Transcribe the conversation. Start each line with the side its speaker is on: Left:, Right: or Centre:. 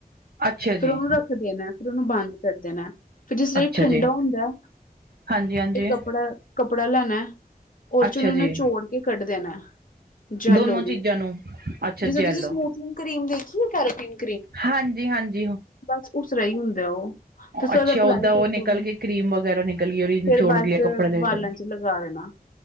Right: ਅੱਛਾ
Left: ਫਿਰ
Right: ਜੀ
Left: ਉਹਨੂੰ ਰੱਖ ਦੇਣਾ ਫਿਰ ਉਹਨੂੰ ਬੰਦ ਕਰ ਦੇਣਾ ਫਿਰ ਜਿਸ ਵੇਲੇ
Right: ਅੱਛਾ
Left: ਠੰਡਾ
Right: ਜੀ
Left: ਹੁੰਦਾ
Right: ਹਾਂਜੀ -ਹਾਂਜੀ
Left: ਇੱਕ ਕੱਪੜਾ ਕੱਪੜਾ ਲੈਣਾ ਉਹਦੇ
Right: ਅੱਛਾ
Left: ਚ ਉਹਨੂੰ ਨਿਚੋੜ
Right: ਜੀ
Left: ਕੇ ਕੱਢ ਦੇਣਾ, ਜੈਲ
Right: ਦੋਨੋ
Left: ਉਹਦੀ
Right: ਚੀਜ਼ਾਂ ਨੂੰ ਅੱਛਾ
Left: ਜਿੱਦਾ
Right: ਜੈਲ
Left: ਤੁਸੀਂ ਸਮੂ ਸੂਮ ਕਰੀਮ ਦੇਖੀਏ ਕੈਰੇਟੀਨ
Right: ਹਾਂਜੀ- ਹਾਂਜੀ
Left: ਬਸ ਉਸ ਤਰ ਹੀ ਹੁੰਦਾ ਉਹ ਤੁਸੀਂ
Right: ਅੱਛਾ
Left: ਉਹਦਾ ਅਪਲਾਈ
Right: ਓਦਾਂ ਉਹ
Left: ਕਰ
Right: ਨਿਕਲ
Left: ਦੋਗੇ
Right: ਗਈ ਕਰੀਮ ਵਗੈਰਾ ਨਿਕਲ ਗਈ ਉਹਦੀ ਨਿਚੋੜ
Left: ਫੇਰ ਬਸ
Right: ਕੇ ਗ ਕੱਪੜੇ
Left: ਵਾਲਾਂ
Right: ਦੇ
Left: ਚ ਲਗਾ ਦੇਣਾ